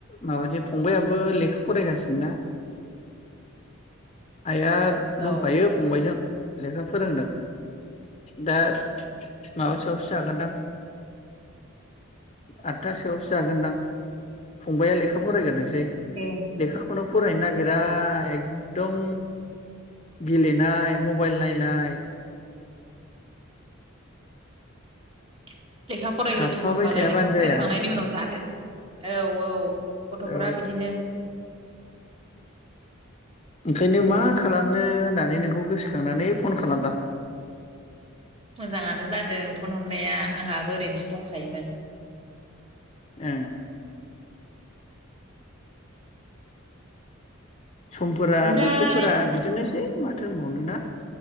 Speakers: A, on the left; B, on the right.
A: माबास फंबायाइाबो लेखा फरायगासिनोना आइआ दंफायो
B: औ
A: फंबायाइजों लेखा फोरोंदों दा माबासोआवसो जागोनदां आतथासोआवसो जागोनदां फंबआ लेखा फरायग्रदोंसै
B: दे
A: लेखाखौनो फरायनो नागिरा एकदम गेलेनाय मबाइल नायनाय
B: <inaudible> लेखा फरायग्रोथों
A: थाफाबाय
B: होनबालाय
A: थायाबानो
B: लेखा
A: जाया
B: फरायखांनायनि उनाव जादो औ औ गथ'फोरा
A: औ
B: बिदिनो
A: ओंखायनो मा खालामनो होननानै नोंखौ गोसोखांनानै फन खालामदां
B: मोजाङानो जादों फन हरनाया आंहाबो ओरैनोसो दंखायोमोन
A: ओं समफोरा
B: ओमफ्राय
A: बोथोरफोरा बिदिनोसै माथो होनबावनोना